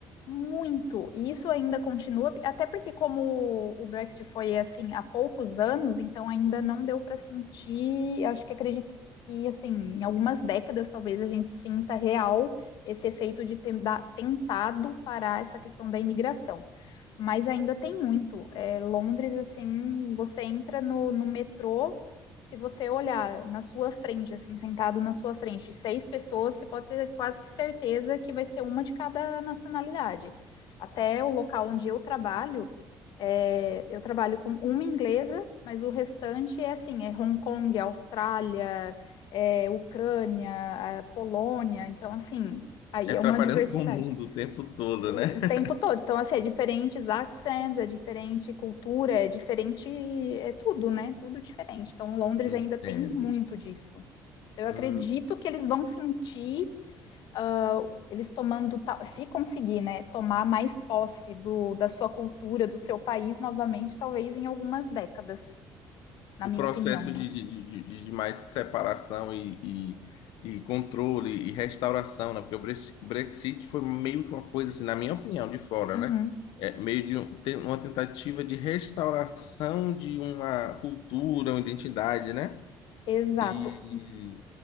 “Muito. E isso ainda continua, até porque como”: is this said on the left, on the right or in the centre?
Left